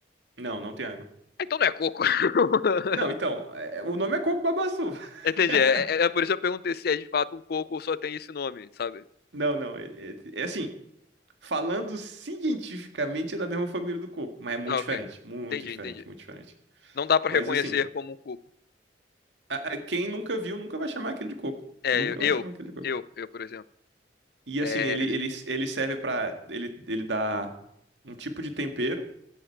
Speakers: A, on the right; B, on the left.
A: Não, não tem água.
B: Ah, Então não é coco. <laughs>
A: Não, então, é, o nome é coco babaçu. <laughs>
B: Entendi. É, é- é por isso que eu perguntei se é de fato um coco ou só tem esse nome, sabe?
A: Não, não, é, é- é assim, falando cientificamente é da mesma família do coco, mas é muito
B: Ah,
A: diferente,
B: ok.
A: muito
B: Entendi,
A: diferente,
B: entendi.
A: muito diferente.
B: Não dá pra
A: Mas
B: reconhecer
A: assim,
B: como um coco.
A: a- a- quem nunca viu nunca vai chamar aquele de coco,
B: É,
A: nunca
B: eu,
A: vai chamar aquele de coco.
B: eu, eu, por exemplo.
A: E
B: É,
A: assim, ele, ele, ele serve pra. ele, ele dá um tipo de tempero